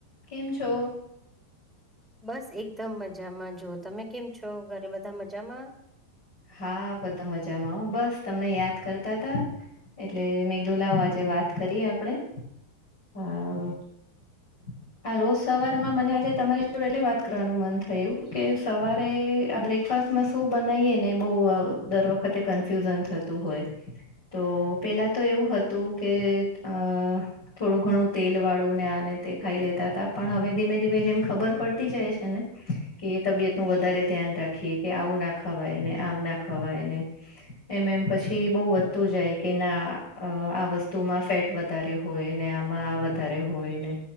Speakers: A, on the left; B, in the centre.
A: કેમ છો?
B: બસ, એકદમ મજામાં. જો, તમે કેમ છો? ઘરે બધા મજામાં?
A: હા, બધા મજામાં. બસ, તમને યાદ કરતા હતા. એટલે મેદુલાઓ, આજે વાત કરીએ આપણે, હા. હમ.. <inaudible> આ રોજ સવારમાં મને આજે તમારી જોડે એટલે વાત કરવાનું મન થયું, કે સવારે આ ફરસાણમાં શું બનાવીએ ને, બઉ અ દર વખતે કન્ફ્યુઝન થતું હોય. તો પહેલાં તો એવું હતું કે અ. થોડું ઘણું તેલવાળું ને, આને તે ખાઈ લેતા હતા. પણ હવે ધીમે ધીમે જેમ ખબર પડતી જાય છે ને. કે એ તબિયતનું વધારે ધ્યાન રાખીએ, કે આવું ન ખવાય ને, આમ ન ખવાય ને. એમ એમ પછી બઉ વધતું જાય કે ના, આ વસ્તુ મા ફેટ. વધારે હોય ને, આમાં વધારે હોય ને.